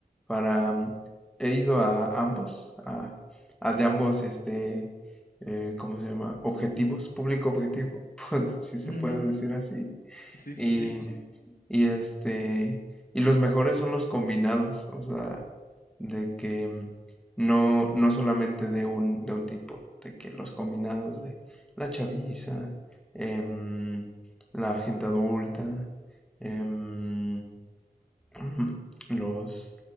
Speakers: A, in the centre; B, on the left.
A: para... mm, He ido a ambos, a, a de ambos, este, eh, ¿cómo se llama? Objetivos, público objetivo, <laughs> si se
B: Ujú.
A: puede decir así.
B: Sí,
A: Y,
B: sí, sí.
A: y este, y los mejores son los combinados, o sea, de que mm, no, no solamente de un, de un tipo, de que los combinados de la chaviza, em, la gente adulta, em, Ujú. Los,